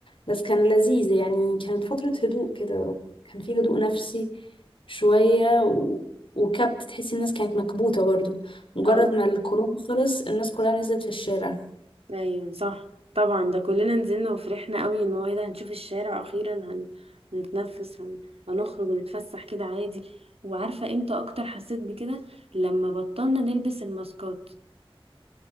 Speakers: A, on the left; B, on the right.
A: بس كان لذيذ يعني كانت فتره هدوء كده كان في هدوء نفسي شويه و... وكبت تحسي الناس كانت مكبوته برضه مجرد
B: اه
A: ما الكورونا خلص الناس كلها نزلت في الشارع
B: ايوه صح طبعا ده كلنا نزلنا وفرحنا قوي ان هو ايه ده هنشوف الشارع اخيرا هن... هنتنفس هن... هنخرج ونتفسح كده عادي وعارفة امتى اكتر حسيت بكده لما بطلنا نلبس الماسكات